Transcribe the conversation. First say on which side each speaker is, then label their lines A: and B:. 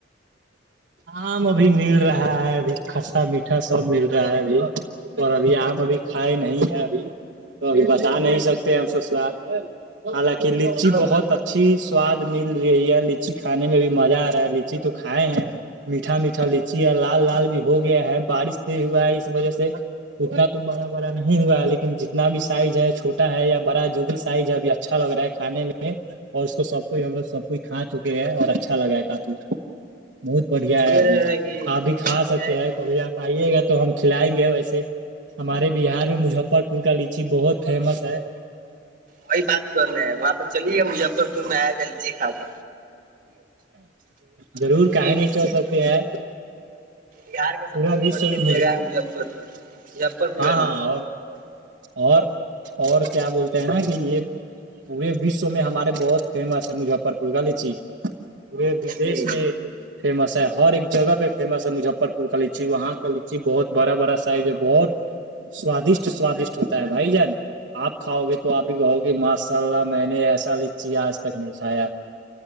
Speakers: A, on the right; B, on the right.
A: آم ابھی مل رہا ہے ابھی کھسا میٹھا سب مل رہا ہے ابھی اور ابھی آم ابھی کھائے نہیں ہے ابھی تو ابھی بتا نہیں سکتے ہم س ساد حالکہ کہ لچی
B: تو
A: بہت اچھی سواد مل رہی ہے لچی کھانے میں بھی مزہ آ رہا ہے لچی تو کھائے ہیں میٹا میٹھا لچی ہے لال لال بھی ہو گیا ہے بارش نہیں ہوا ہے اس وجہ سے اتنا تو بڑا بڑا نہیں ہوا ہے لیکن جتنا بھی سائز ہے چھوٹا ہے یا بڑا جو بھی سائز ہے ابھی اچھا لگ رہا ہے کھانے میں اور اس کو سب کوئی ہم لوگ سب کوئی کھا چکے ہیں اور اچھا لگا ہے کافی بت بڑھیا
B: سنے
A: ہے ابھی
B: ہیں
A: آپ بھی کھا سکتے ہیں
B: کہ
A: کبھی آپ آئیے گا تو ہم کھلائیں گے ویسے ہمارے بہار میں مظفر پور کا لیچی بہت فیمس ہے
B: وہی بات کرنا ہے وہاں پر چلیے گ مجفر میں جلدی کھا د
A: ضرور
B: کیونکہ
A: کہے نہیں
B: لیچی
A: چل سکتے ہیں
B: بہار کا سب
A: پورا
B: سے
A: وشو
B: پرسدھ
A: میں
B: جگہ
A: مجھے
B: ہے مجفر پور مجفر پور
A: ہاں
B: لگی
A: ہاں اور اور اور کیا بولتے ہیں نا کہ یہ پورے وشو میں ہمارے بہت فیمس ہے مجفر پور کا لیچی وہ ودیش
B: جی
A: میں فیمس ہے ہر ایک جگہ پہ فیمس ہے مجفر پور کا لچی وہاں کا لچی بہت بڑا بڑا سا ہے جو بہت سوادشٹ سوادشٹ ہوتا ہے بھائی جان آپ کھاؤ گے تو آپ بھی کہو گے ماشاء اللہ میں نے ایسا لچی آج تک نہیں کھایا